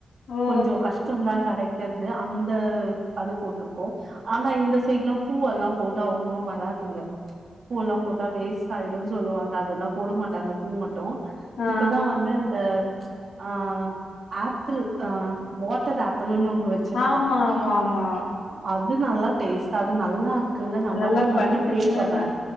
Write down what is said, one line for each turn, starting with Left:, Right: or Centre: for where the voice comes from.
Left: ஓ
Right: கொஞ்ச கஷ்டந்தா கடைக்கிறது அந்த அது போட்ருக்கோ ஆனா இந்த சைட்ல்லா பூவெல்லா போட்டா அவ்ளவா வராதுங்க பூவெல்லா போட்டா வேஸ்ட் ஆயிடுனு சொல்லுவாங்க அதெல்லா போட மாட்டாங்க பூ மட்டு
Left: ஆ
Right: இப்பதா வந்து அந்த ஆ ஆப்பிள் ஆ வாட்டர் ஆப் பிள்ளுனுனு ஒன்னு வச்சிருக்கோ
Left: ஆமா ஆமா ஆமா
Right: அது நல்லா டேஸ்ட்டா அது நல்லா இருகுங்க நல்லாவு
Left: நல்லா
Right: நிறைய
Left: பழுத்துச்சுன்னா
Right: சேல் பண்ற
Left: என்ன